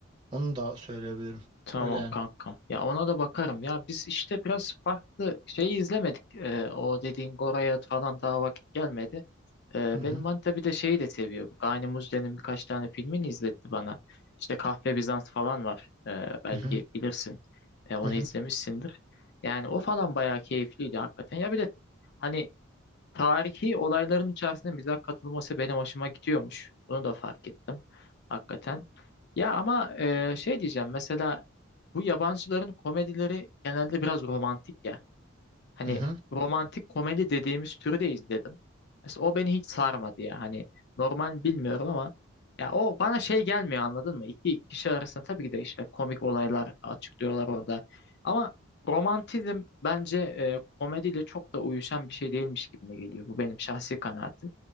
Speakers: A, on the right (about 25°); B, on the left (about 55°).
A: Onu da söyleyebilirim.
B: Tamam
A: Öyle yani.
B: kankam. Ya ona da bakarım. Ya biz işte biraz farklı şeyi izlemedik. Ee, o dediğin Gora'ya falan daha vakit gelmedi. Ee,
A: Hı hı.
B: benim manita bir de şeyi de seviyor. Bu Gani Muzde'nin birkaç tane filmini izletti bana. İşte Kahpe Bizans falan var. Ee, belki
A: Hı hı.
B: bilirsin. Ee, onu
A: Hı hı.
B: izlemişsindir. Yani o falan bayağı keyifliydi hakikaten. Ya bir de hani tarihi olayların içerisinde mizah katılması benim hoşuma gidiyormuş. Bunu da fark ettim hakikaten. Ya ama e, şey diyeceğim mesela bu yabancıların komedileri genelde biraz romantik ya. Hani
A: Hı hı.
B: romantik komedi dediğimiz türü de izledim. Mesela o beni hiç sarmadı ya. Hani normal bilmiyorum ama ya o bana şey gelmiyor anladın mı? İki kişi arasında tabii ki de işte komik olaylar açıklıyorlar orada. Ama romantizm bence e, komediyle çok da uyuşan bir şey değilmiş gibime geliyor. Bu benim şahsi kanaatim.